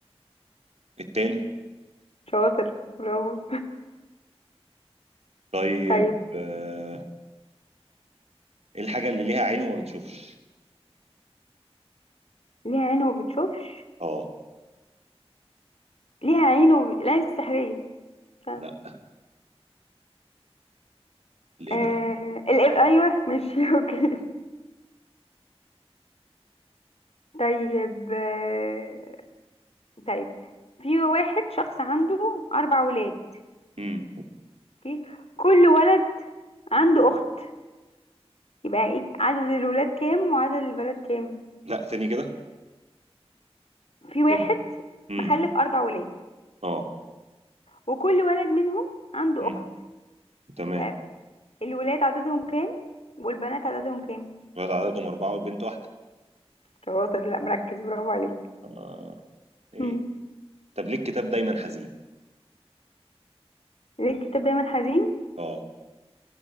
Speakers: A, on the right; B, on the left.
A: التاني
B: شاطر برافو
A: طيب
B: طيب
A: آه، ايه الحاجة اللي ليها عين وما بتشوفش
B: ليها عين وما بتشوفش
A: اه
B: ليها عين وب... العين السحريه مش عارفة.
A: لا الابره
B: آه... الإب... ايوه مش <laughs> اوكي طيب آه... طيب في واحد شخص عنده اربع ولاد
A: مم.
B: اوكي كل ولد عنده اخت يبقى ايه عدد الولاد كام وعدد البنات كام
A: لا تاني كده
B: في واحد
A: ايه مم.
B: مخلف أربع ولاد
A: اه
B: وكل ولد منهم عنده
A: مم.
B: أخت
A: تمام
B: يبقى الولاد عددهم كام والبنات عددهم كام
A: الولد عددهم أربعة والبنت واحدة
B: شاطر لا مركز برافو عليك
A: آه. ايه
B: مم.
A: طب ليه الكتاب دايما حزين
B: ليه الكتاب دايما حزين
A: اه